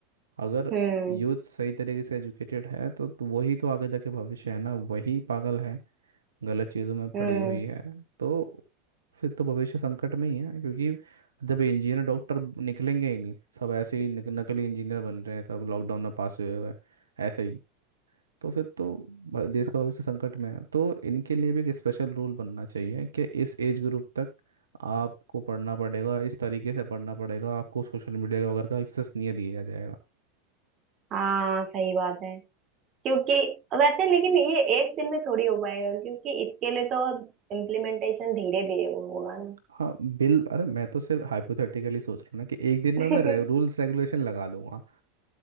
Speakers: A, on the right (about 80°); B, on the right (about 35°).
A: अगर
B: हम्म
A: यूथ सही तरीके से एजुकेटेड है तो, तो वही तो आगे जाके भविष्य है ना वही पागल है गलत चीज़ों में पड़ी
B: हम्म
A: हुई है तो फिर तो भविष्य संकट में ही है क्योंकि जब इंजीनियर डॉक्टर निकलेंगे ही नहीं सब ऐसे ही नक- नकली इंजीनियर बन रहे हैं सब लॉकडाउन में पास हुए हुए हैं, ऐसे ही तो फिर तो भ- देश का भविष्य संकट में है तो इनके लिए भी एक स्पेशल रूल बनना चाहिए कि इस एज ग्रुप तक आपको पढ़ना पड़ेगा इस तरीके से पढ़ना पड़ेगा आपको सोशल मीडिया वगैरह का एक्सेस नहीं दिया जाएगा
B: हाँ सही बात है क्योंकि वैसे लेकिन ये एक दिन में थोड़ी हो पाएगा क्योंकि इसके लिए तो इम्प्लीमेंटेशन धीरे धीरे वो होगा ना
A: हाँ बिल अरे मैं तो सिर्फ हाइपोथेटिकली सोच रहा हूँ ना कि एक दिन
B: <laughs>
A: में मैं रे, रूल्स रेगुलेशन लगा दूंगा